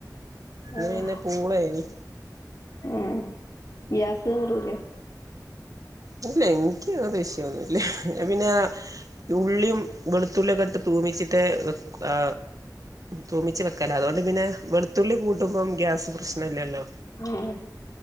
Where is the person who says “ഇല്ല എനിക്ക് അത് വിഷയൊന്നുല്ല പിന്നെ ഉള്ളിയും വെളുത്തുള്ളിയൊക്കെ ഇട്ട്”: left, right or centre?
Right